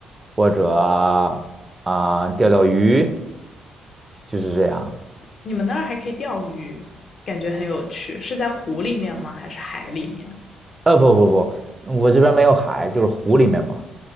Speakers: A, on the right (about 20°); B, on the left (about 50°).
A: 或者啊、钓钓鱼，就是这样。
B: 你们那儿还可以钓鱼，感觉很有趣。是在湖里面吗？还是海里面？
A: 呃，不不不，我这边没有海，就是湖里面嘛。